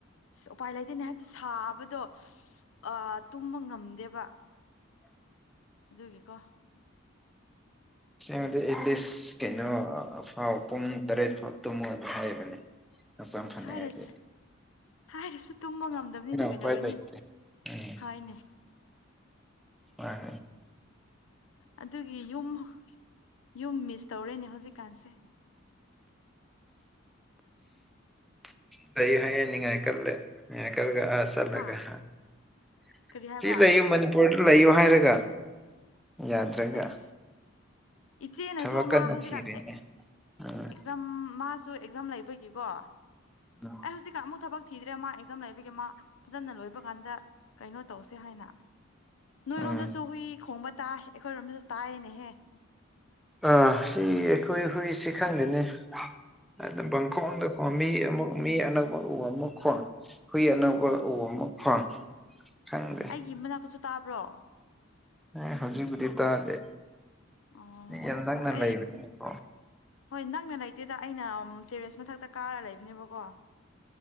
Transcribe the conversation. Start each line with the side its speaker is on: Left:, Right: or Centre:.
Left: ꯎꯄꯥꯏ ꯂꯩꯇꯦꯅꯦ ꯍꯥꯏꯕꯗꯤ ꯁꯥꯕꯗꯣ ꯑ ꯇꯨꯝꯕ ꯉꯝꯗꯦꯕ ꯑꯗꯨꯒꯤꯀꯣ
Centre: ꯑꯁꯦꯡꯕꯗꯤ ꯑꯦꯠ ꯂꯤꯁ ꯀꯩꯅꯣ ꯑꯥ ꯑꯥ ꯐꯥꯎ ꯄꯨꯡ ꯇꯔꯦꯠ ꯐꯥꯎ ꯇꯨꯝꯃꯣ ꯑꯗꯨꯝ ꯍꯥꯢꯕꯅꯦ ꯍꯥꯛꯆꯥꯡ ꯐꯥꯅꯤꯡꯉꯗꯤ
Left: ꯍꯥꯏꯔꯁꯨ ꯍꯥꯏꯔꯁꯨ ꯇꯨꯝꯕ ꯉꯝꯗꯕꯅꯤꯅ ꯀꯩꯗꯧꯔꯨꯅꯤ
Centre: ꯎꯄꯥꯏ ꯂꯩꯇꯦ ꯎꯝ
Left: ꯍꯣꯢꯅꯦ
Centre: ꯃꯥꯅꯦ
Left: ꯑꯗꯨꯒꯤ ꯌꯨꯝ ꯌꯨꯝ ꯃꯤꯁ ꯇꯧꯔꯦꯅꯦ ꯍꯧꯖꯤꯛꯀꯥꯟꯁꯦ
Centre: <unintelligible> ꯍꯥꯏꯌꯦ ꯅꯤꯡꯉꯥꯏ ꯀꯜꯂꯦ ꯅꯤꯡꯉꯥꯏ ꯀꯜꯂꯦ ꯑꯁ ꯆꯠꯂꯒ
Left: ꯍꯥ
Centre: ꯍ <unintelligible>
Left: ꯀꯔꯤ ꯍꯥꯏꯕ
Centre: <unintelligible> ꯃꯅꯤꯄꯨꯔꯗ ꯂꯩꯌꯣ ꯍꯥꯏꯔꯒ ꯌꯥꯗ꯭ꯔꯒ
Left: ꯑꯁ ꯏꯆꯦꯅꯁꯨ
Centre: ꯊꯕꯛ
Left: ꯃꯥ
Centre: ꯀꯟꯅ
Left: ꯍꯧꯖꯤꯛꯀꯥꯟ
Centre: ꯊꯤꯔꯦꯅꯦ ꯎꯝ
Left: ꯔꯝ ꯃꯥꯁꯨ ꯑꯦꯛꯖꯥꯝ ꯂꯩꯕꯒꯤꯀꯣ
Centre: ꯅꯥ <inaudible>
Left: ꯍꯨꯖꯤꯛꯀꯥꯟ ꯑꯃꯨꯛ ꯊꯕꯛ ꯊꯤꯗ꯭ꯔꯦ ꯃꯥ ꯑꯦꯛꯖꯝ ꯂꯩꯕꯒꯤ ꯃꯥ ꯐꯖꯅ ꯂꯣꯏꯕ ꯀꯥꯟꯗ ꯀꯩꯅꯣ ꯇꯧꯁꯦ ꯍꯥꯏꯅ ꯅꯣꯏꯔꯣꯝꯗꯁꯨ
Centre: ꯎꯝ
Left: ꯍꯨꯏ ꯈꯣꯡꯕ ꯇꯥꯏ ꯑꯩꯈꯣꯏꯔꯣꯝꯗꯁꯨ ꯇꯥꯏꯌꯦꯅꯦꯍꯦ
Centre: ꯑꯥ ꯁꯤ ꯑꯩꯈꯣꯏ ꯍꯨꯏꯁꯤ ꯈꯪꯗꯦꯅꯦ ꯑꯗꯨꯝ ꯄꯪꯈꯣꯡꯗ ꯈꯣꯡ ꯃꯤ ꯑꯃꯨꯛ ꯃꯤ ꯑꯅꯛꯄ ꯎꯝ ꯑꯃꯨꯛ ꯈꯣꯡ ꯍꯨꯏ ꯑꯅꯧꯕ ꯎ ꯑꯃꯨꯛ ꯈꯣꯡ ꯈꯪꯗꯦ
Left: ꯏ ꯃꯅꯥꯛꯇꯁꯨ ꯇꯥꯕ꯭ꯔꯣ
Centre: ꯑꯦ ꯍꯧꯖꯤꯛꯕꯨꯗꯤ ꯇꯥꯗꯦ
Left: ꯑꯣ
Centre: ꯁꯤꯗꯤ ꯌꯥꯝ
Left: ꯑꯩꯈꯣꯏ
Centre: ꯅꯛꯅ
Left: ꯑꯩ
Centre: ꯂꯩꯕꯅꯤꯅꯀꯣ
Left: ꯍꯣꯏ ꯅꯛꯅ ꯂꯩꯇꯦꯗ ꯑꯩꯅ ꯇꯦꯔꯦꯁ ꯃꯊꯛꯇ ꯀꯥꯔ ꯂꯩꯕꯅꯦꯕꯀꯣ